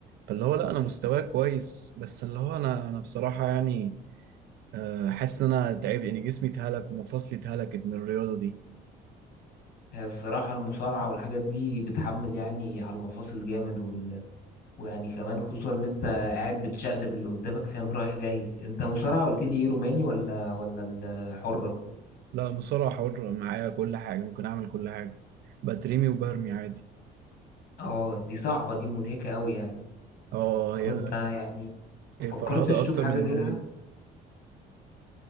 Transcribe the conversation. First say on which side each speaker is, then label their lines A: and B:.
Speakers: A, on the right; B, on the left.
A: فاللي هو لا انا مستواي كويس بس اللي هو انا انا بصراحة يعني أه، حاسس ان انا تعبت ان جسمي اتهلك ومفاصلي اتهلكت من الرياضه دي
B: هي الصراحة المصارعة والحاجات دي بتحمل يعني على المفاصل جامد وال... ويعني كمان خصوصا اللي انت قاعد بتشقلب اللي قدامك فاهم رايح جاي انت مصارعة قلت لي ايه روماني ولا ولا الحرة
A: لا مصارعه حره معايا كل حاجه ممكن اعمل كل حاجه بترمي وبرمي عادي
B: اه دي صعبة دي منهكة قوي يعني
A: اه
B: طب
A: هي
B: انت يعني ما
A: هي
B: فكرتش
A: فرهده اكتر
B: تشوف حاجة
A: من
B: غيرها
A: الروماني